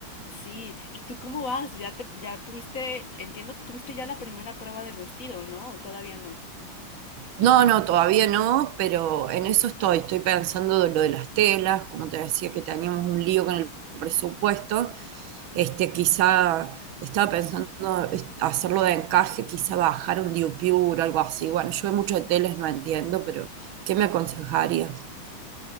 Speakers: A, on the left; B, on the right.
A: Sí, ¿y tú cómo vas? Ya te, ya tuviste, entiendo que tuviste ya la primera prueba del vestido, ¿no? ¿O todavía no?
B: No, no, todavía no, pero en eso estoy. Estoy pensando de lo de las telas, como te decía que teníamos un lío con el presupuesto. Este, quizá estaba pensando es- hacerlo de encaje, quizá bajar un diupiur, o algo así. Bueno, yo mucho de telas no entiendo, pero ¿qué me aconsejarías?